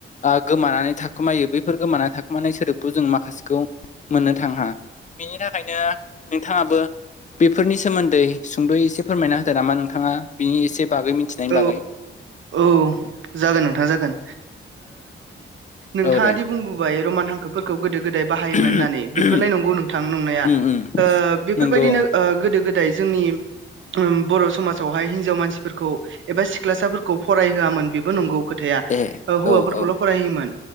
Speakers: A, on the left; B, on the right.
A: ओ गोमानानै थाखोमायो बैफोर गोमानानै थाखोमानाय सोदोबखौ जों माखासेखौ मोननो थाङा बिनि थाखायनो नोंथाङाबो बेफोरनि सोमोन्दै सुंद'यै एसे फोरमायना होदो नामा नोंथाङा बिनि एसे बागै मिथि मिथिनायनि
B: औ
A: बागै
B: औ जागोन नोंथां जागोन नोंथाङादि
A: औ
B: बुंदों रमान हांखोफोरखौ गोदो गोदाय बाहायोमोन
A: दे
B: होननानै बेफोरलाय नंगौ नोंथां नंनाया
A: उम उम
B: ओ बेफोरबायदिनो
A: नंगौ
B: ओ गोदो गोदाय नाथाय जोंनि बर' समाजावहाय हिनजाव मानसिफोरखौ एबा सिख्लासाफोरखौ होआमोन बेबो नंगौ खोथाया
A: ए
B: ओ हौवाफोरखौल'
A: औ औ
B: फरायहोयोमोन